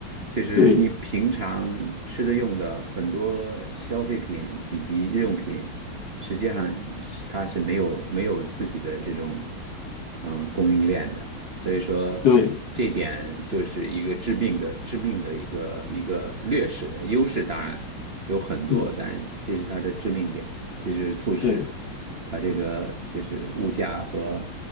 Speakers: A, on the right; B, on the left.
A: 就是你平常吃的用的很多消费品以及日用品，
B: 对
A: 实际上是它是没有没有自己的这种嗯供应链的，所以说这一点就是一个致命的致命的一个一个劣势，
B: 对，
A: 优势当然有很多，
B: 嗯，
A: 但是这是它的致命点，这是促使
B: 对，
A: 它这个就是物价和